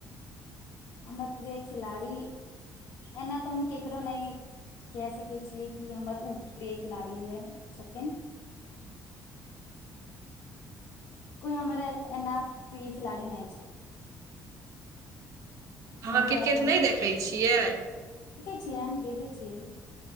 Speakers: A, on the left (about 60°); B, on the right (about 60°).
A: हमर प्रिय खिलाड़ी एना त केकरो नहि क सकै छियै कि हमर उ प्रिय खिलाड़ी है छथिन कोई हमर एना प्रिय खिलाड़ी नहि छै। जिनकरा
B: अहाँ क्रिकेट
A: के
B: नहि देखैत छियै।
A: जि हम देखै छियै